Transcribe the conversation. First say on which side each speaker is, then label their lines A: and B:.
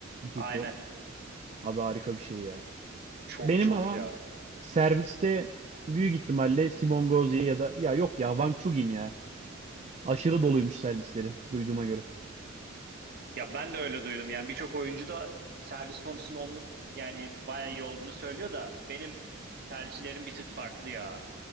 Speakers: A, on the right; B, on the right.
A: Çekiyor.
B: aynen
A: Abi harika bir şey ya.
B: çok
A: Benim
B: çok
A: ama
B: ya
A: serviste büyük ihtimalle Simon Gauzy ya da ya yok ya Wang Chugin ya. Aşırı doluymuş servisleri duyduğuma göre.
B: Ya ben de öyle duydum. Yani birçok oyuncu da servis konusunda onun yani bayağı iyi olduğunu söylüyor da benim tercihlerim bir tık farklı ya.